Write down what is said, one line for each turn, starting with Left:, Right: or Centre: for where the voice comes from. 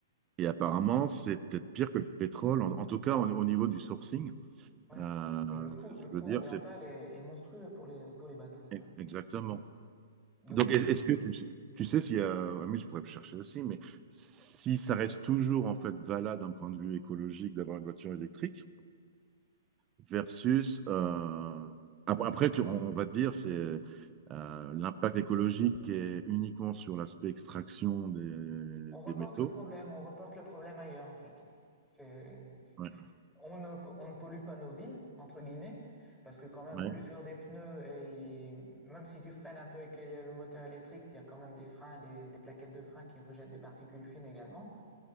Right: Et apparemment, c'est peut-être pire que le pétrole, en, en tout cas au, au niveau du sourcing.
Centre: Ouais.
Right: Euh,
Centre: Le coût,
Right: je
Centre: le coût
Right: veux dire,
Centre: ambiental
Right: c'est
Centre: est, est monstrueux pour les, pour les batteries,
Right: e,
Centre: hein.
Right: exactement.
Centre: Donc,
Right: Donc,
Centre: je-
Right: est- est-ce que tu sais, tu sais s'il y a, ah, mais je pourrais chercher aussi, mais si ça reste toujours en fait valable d'un point de vue écologique d'avoir une voiture électrique, versus euh, ap- après, tu- on va te dire c'est euh, l'impact écologique est uniquement sur l'aspect extraction des,
Centre: on reporte
Right: des métaux.
Centre: le problème, on reporte le problème ailleurs, en fait. C'est,
Right: Ouais,
Centre: On ne, on ne pollue pas nos villes, entre guillemets, parce que quand même
Right: ouais,
Centre: l'usure des pneus, et même si tu freines un peu avec les- le moteur électrique, il y a quand même des freins, des, des plaquettes de frein qui rejettent des particules fines également.